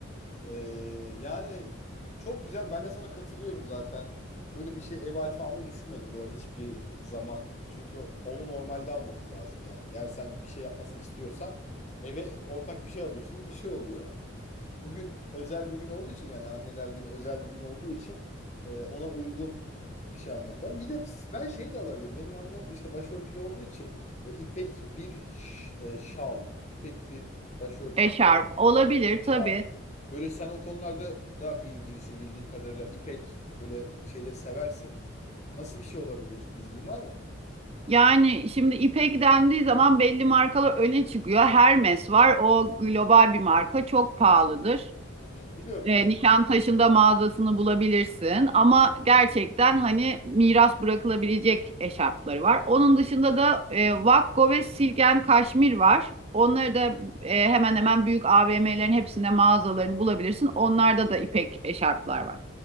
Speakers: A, on the left (about 35°); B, on the right (about 30°).
A: Ee, yani çok güzel. Ben de sana katılıyorum zaten. Böyle bir şey ev aleti almayı düşünmedim bu arada hiçbir zaman. Çünkü o- onu normalde almamız lazım. Yani eğer sen bir şey yapmasını istiyorsan eve ortak bir şey alıyorsun gibi bir şey oluyor. Bugün özel bir gün olduğu için yani anneler günü özel bir gün olduğu için e, ona uygun bir şey almak lazım. Bir de ps- ben şey de alabilirim. Benim annem işte başörtülü olduğu için e, ipek bir ş- e, şal, ipek bir başörtüsü,
B: Eşarp olabilir
A: şal
B: tabii.
A: Böyle sen o konularda daha bilgilisin bildiğim kadarıyla. İpek böyle şeyleri seversin. Nasıl bir şey olabilir? Bilgin var mı?
B: Yani şimdi İpek dendiği zaman belli markalar öne çıkıyor. Hermes var. O global bir marka. Çok pahalıdır.
A: Hı hı, biliyorum
B: E,
A: biliyorum.
B: Nişantaşı'nda mağazasını bulabilirsin. Ama gerçekten hani miras bırakılabilecek eşarpları var. Onun dışında da e, Vakko ve Silk and Kashmir var. Onları da e, hemen hemen büyük AVM'lerin hepsinde mağazalarını bulabilirsin. Onlarda da İpek eşarplar var.